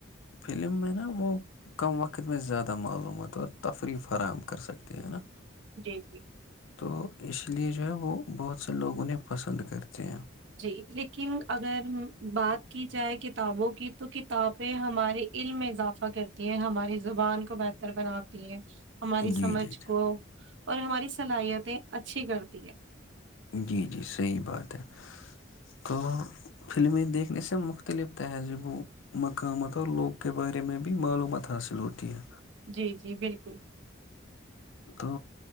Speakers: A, on the left (about 75°); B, on the right (about 65°).
A: فلم میں نا وہ کم وقت میں زیادہ معلومات اور تفریح فراہم کر سکتے ہیں نا
B: جی جی
A: تو اس لیے جو ہے وہ بہت سے لوگ انہیں پسند کرتے ہیں
B: جی لیکن اگر بات کی جائے کتابوں کی تو کتابیں ہمارے علم میں اضافہ کرتی ہیں ہماری زبان کو بہتر بناتی ہیں ہماری
A: جی
B: سمجھ
A: جی
B: کو اور ہماری صلاحیتیں اچ اچھی کرتی ہے
A: جی جی صحیح بات ہے تو فلمیں دیکھنے سے مختلف تہذیب و مقامات اور لوگ کے بارے میں بھی معلومات حاصل ہوتی ہے
B: جی جی بالکل
A: تو